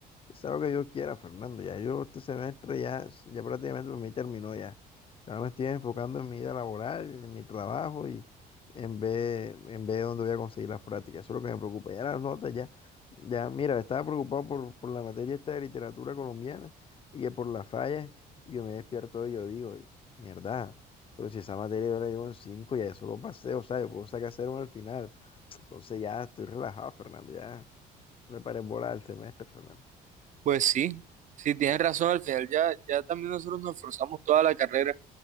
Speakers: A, on the left; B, on the right.
A: que sea lo que yo quiera, Fernando. Ya yo este semestre ya, es- ya prácticamente para mí terminó ya. Ahora me estoy enfocando en mi vida laboral, en mi trabajo y en ver en ver dónde voy a conseguir las prácticas. Eso es lo que me preocupa. Ya las notas, ya, ya, mira, estaba preocupado por, por la materia esta de literatura colombiana y que por las fallas, y yo me despierto y yo digo, mierda, pero si esa materia yo la llevo en 5 ya eso lo pasé, o sea, yo puedo sacar cero al final. Entonces ya estoy relajado, Fernando, ya me paré en bola el semestre, Fernando.
B: Pues sí, sí, tienes razón, al final ya, ya también nosotros nos esforzamos toda la carrera